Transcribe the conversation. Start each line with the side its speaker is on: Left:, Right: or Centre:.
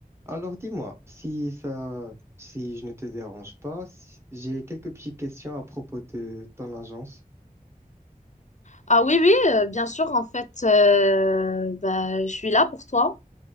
Right: Alors dis-moi, si ça, si je ne te dérange pas, si- j'ai quelques petites questions à propos de ton agence.
Left: Ah oui, oui, euh, bien sûr, en fait, euh, bah, je suis là pour toi